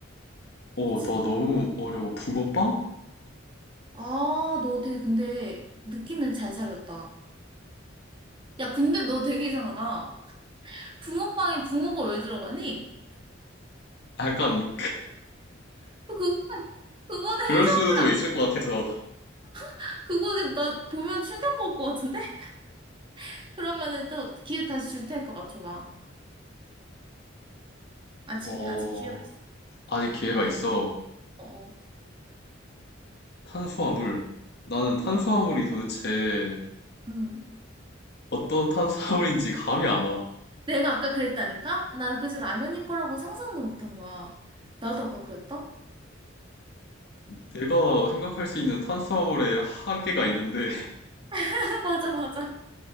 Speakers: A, on the left; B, on the right.
A: 어,
B: 그치?
A: 너 너무 어려워. 붕어빵?
B: 아, 너 되게 근데 느낌을 잘 살렸다. 야, 근데 너 되게 이상하다. 붕어빵에 붕어가 왜 들어가니?
A: 아, 약간,
B: 그거는, 그거는
A: 그럴
B: 해산물이,
A: 수도 있을 것 같아서.
B: 아- 그거 나 보면 충격 먹을 것 같은데? <laughs> 그러면은 또 기회 다시 줄 테니까 맞춰봐. 아직,
A: 어,
B: 아직 기회가 있어.
A: 아직
B: 응.
A: 기회가 있어.
B: 어, 어,
A: 탄수화물. 나는
B: 어.
A: 탄수화물이 도대체
B: 응.
A: 어떤 탄수화물인지 감이 안 와.
B: 내가 아까 그랬다니까? 나는 그래서 라면일 거라고 상상도 못한 거야. 나도 아까 그랬다?
A: 내가 생각할 수 있는 탄수화물의 한계가 있는데,
B: <laughs> 맞아, 맞아.